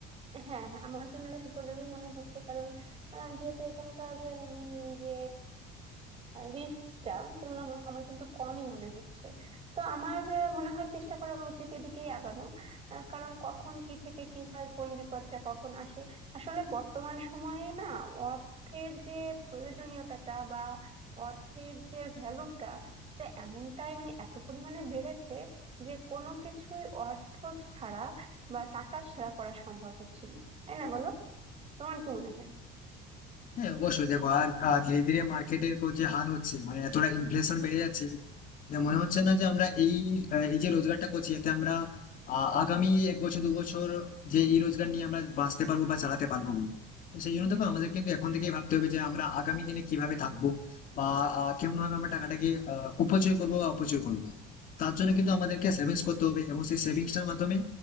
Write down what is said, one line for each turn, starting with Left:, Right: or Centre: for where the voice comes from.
Right: হ্যাঁ হ্যাঁ আমার জন্য বেশ উপযোগী মনে হচ্ছে কারণ আহ, যেহেতু এখানকার উম, যে রিস্কটা তুলনামূলক আমার কিন্তু কমই মনে হচ্ছে তো আমার আহ, মনে হয় চেষ্টা করা উচিত এদিকেই আগানো আহ, কারণ কখন কি থেকে কি হয় কোন বিপদটা কখন আসে আসলে বর্তমান সময়ে না অর্থের যে প্রয়োজনীয়তাটা বা অর্থের যে ভ্যালুটা এটা এমনটাই মানে এত পরিমাণে বেড়েছে যে কোনো কিছুই অর্থ ছাড়া বা টাকা ছাড়া করা সম্ভব হচ্ছে না তাই না বলো তোমার কি মনে হয়
Left: হ্যাঁ অবশ্যই দেখো আর আহ, ধীরে ধীরে মার্কেটের যে হাল হচ্ছে মানে এতটা ইনফ্লেশন বেড়ে যাচ্ছে যে মনে হচ্ছে না যে আমরা এই আহ, এই যে রোজগারটা করছি এতে আমরা আহ, আগামী এক বছর দু বছর যে এই রোজগার নিয়ে আমরা বাঁচতে পারবো বা চালাতে পারবো বলে তো সেই জন্য দেখো আমাদের কিন্তু এখন থেকেই ভাবতে হবে যে আমরা আগামী দিনে কিভাবে থাকবো বা আহ, কেমন ভাবে আমরা টাকাটাকে আহ, উপচয় করবো বা অপচয় করবো তার জন্য কিন্তু আমাদেরকে সেভিংস করতে হবে এবং সেই সেভিংসটার মাধ্যমে